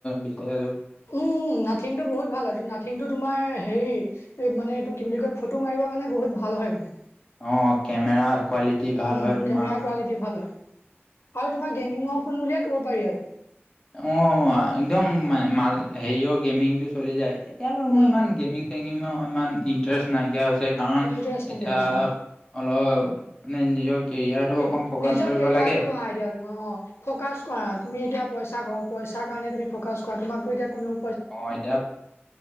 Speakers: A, on the left; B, on the left.
A: বিচাৰে আৰু
B: উম নাথিং টো বহুত ভাল আৰু না থিংটো তোমাৰ হেৰি এই মানে এইটো কি বুলি কয় ফটো মাৰিবৰ কাৰণে বহুত ভাল হয় মানে
A: অ কেমেৰা কোৱালিটি ভাল
B: উম,
A: হয়
B: কেমেৰা
A: তোমাৰ
B: কোৱালিটি ভাল হয়। আৰু তোমাৰ গেমিঙৰ ফোন বুলিয়ে ক'ব পাৰি আৰু
A: অ একদম ম হেৰিৰ গেমিং টো চলি যায় এতিয়া বাৰু
B: উম,
A: মোৰ ইমান গেমিং চেমিং মৰ ইণ্টাৰেষ্ট নাইকিয়া হৈছে কাৰণ
B: ইণ্টাৰেষ্ট নাইকিয়া
A: এতিয়া
B: হৈছে অ'।
A: অলপ মানে নিজৰ কেৰিয়াৰটো
B: এ
A: অকণ ফ'কাচ
B: নিজৰ
A: কৰিব
B: কেৰিয়াৰটো
A: লাগে।
B: ঘ এতিয়া তোমাৰ অ ফকাচ কৰা তুমি এতিয়া পইচা ঘ পইচাৰ কাৰণে তুমি ফকাছ কৰা তোমাকো এতিয়া কোনো
A: অ এতিয়া